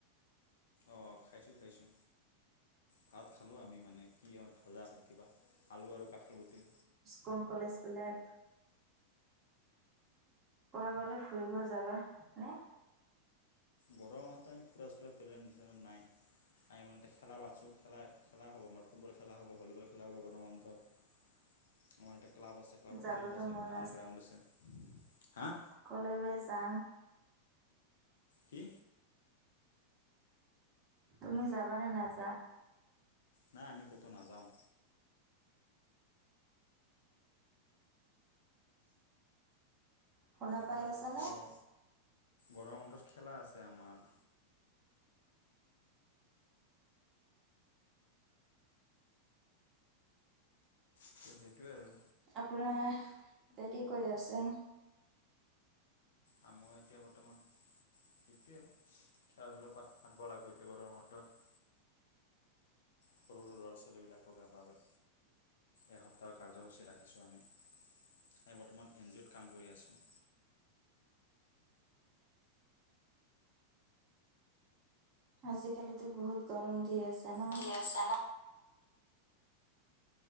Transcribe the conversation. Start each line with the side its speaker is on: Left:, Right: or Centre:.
Left: অ খাইছো খাইছো ভাত খালোঁ আমি মানে কি আমাৰ ভাজা আছিল কিবা আলু আৰু কাঠল গুটি
Right: কোন কলেজ বিলাক কৰবালে ফুৰিব যাবা নে
Left: গৰম মাহত আমি ফুৰা চুৰা প্লেন নাই আমি মানে এতিয়া খেলা পাতিছো খেলা খেলা হ'ব আমাৰ ফুটবল খেলা হ'ব ভলী বল খেলা হ'ব গৰমৰ বান্ধত আমাৰ এটা ক্লাব আছে ক্লাবৰ
Right: যাবতো
Left: ফিল্ড আছে
Right: মন
Left: ডাঙৰ গ্ৰাউণ্ড আছে হা
Right: কলে গৈ আছা
Left: কি
Right: তুমি যাবা নে নাযা
Left: নাই আমি ক'তো নাযাওঁ
Right: শুনা পাই
Left: হয়
Right: আছে
Left: গৰ
Right: নে
Left: গৰম বন্ধ খেলা আছে আমাৰ সেইটোৱে আৰু
Right: আপোনাৰ এতিয়া কি কৰি আছে
Left: আ মই এতিয়া বৰ্তমান এইটোৱে খেলা ধূলা পাত পাতব লাগিব এতিয়া গৰম বন্ধত সৰু সৰু ল'ৰা ছোৱালীবিলাকৰ বাবে এসপ্তাহৰ কাৰ্যসূচী ৰাখিছোঁ আমি আমি বৰ্তমান এন জি অ'ত কাম কৰি আছো
Right: আজিকালিতো বহুত গৰম দি আছে ন
Left: দি আছে